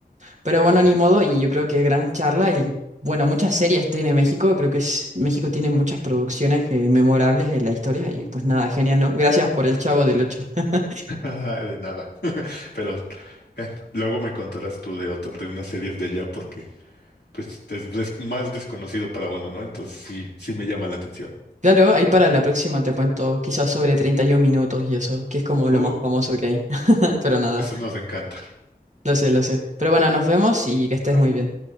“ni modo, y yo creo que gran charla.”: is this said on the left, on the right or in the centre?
Right